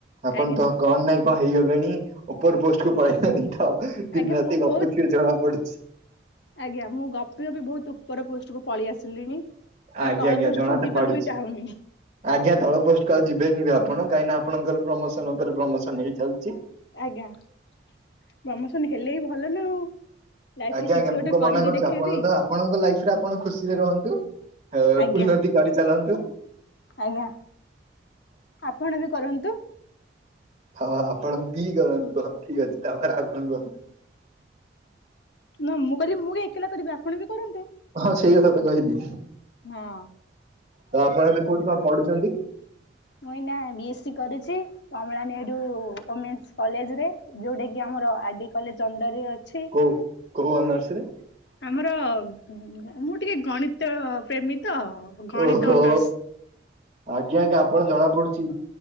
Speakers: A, on the right (about 35°); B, on the left (about 65°).
A: ଆପଣ
B: ଆଜ୍ଞା।
A: ତ କଣ ନାଇଁ କଣ ହେଇଗଲାଣି ଉପର ପୋଷ୍ଟ କ ପଳେଇଲାନି ତ
B: ଆଜ୍ଞା
A: ଦିନ ରାତି
B: ମୁଁ ବହୁତ
A: ଗପୁଥିବେ ଜଣା ପଡୁଛି।
B: ଆଜ୍ଞା ମୁଁ ଗପି ଗପି ବହୁତ ଉପର ପୋଷ୍ଟ କୁ ପଳେଇ ଆସିଲିଣି। ତ
A: ଆଜ୍ଞା
B: ତଳ
A: ଆଜ୍ଞା
B: ପୋଷ୍ଟ
A: ଜଣା
B: କୁ
A: ତ
B: ଯିବାକୁ
A: ପାଡୁଛି
B: ବି ଚାହୁଁନି।
A: ଆଜ୍ଞା ଧଳ ପୋଷ୍ଟ କୁ ଆଉ ଯିବେନି ବି ଆପଣ କାହିଁକି ନା ଆପଣଙ୍କର ପ୍ରମୋସନ ଉପରେ ପ୍ରମୋସନ ହେଇ ଚାଲିଛି।
B: ଆଜ୍ଞା ପ୍ରମୋସନ ହେଲେ ବି ଭଲ ନା ଆଉ। ଲାଇଫରେ
A: ଆଜ୍ଞା
B: କିଛି
A: ଆଜ୍ଞା ମୁଁ
B: ଗୋଟେ
A: କଣ
B: କରିକି
A: ମନା କରୁଛି
B: ଦେଖେଇବି
A: ଆପଣ ତ ଆପଣଙ୍କ ଲାଇଫ ରେ ଆପଣ ଖୁସିରେ ରୁହନ୍ତୁ ଏ-ଉନ୍ନତି
B: ଆଜ୍ଞା
A: କରି ଚାଲନ୍ତୁ।
B: ଆଜ୍ଞା। ଆପଣ ବି କରନ୍ତୁ।
A: ହଁ ଆପଣ ବି କରନ୍ତୁ ହଁ ଠିକ ଅଛି ତାପରେ ଆଉ କଣ କୁହନ୍ତୁ?
B: ନ ମୁଁ କଇଲି ମୁଁ କାଇଁ ଏକଲା କରିବି ଆପଣ ବି କରନ୍ତୁ
A: ହଁ ସେଇ କଥା ତ କହିଲି,
B: ହଁ
A: ଆଉ ଆପଣ ଏବେ କୋଉଠି କଣ ପଢୁଛନ୍ତି?
B: ମୁଇଁ ନା ବି ଏସ୍ ସି କରିଛି କମଳାନେଡୁ ଓମେନ୍ସ କଲେଜରେ ଯୋଉଟା କି ଆମର ଆଡି କଲେ ଅଣ୍ଡରେ ଅଛି।
A: କୋଉ କୋଉ ଅନର୍ସ ରେ?
B: ଆମର ମୁଁ ଟିକେ ଗଣିତ ପ୍ରେମୀ। ତ ଗଣିତ
A: ଓହୋ
B: ଅନର୍ସ
A: ଆଜ୍ଞା ଆଜ୍ଞା ଆପଣ ଜଣା ପଡୁଛି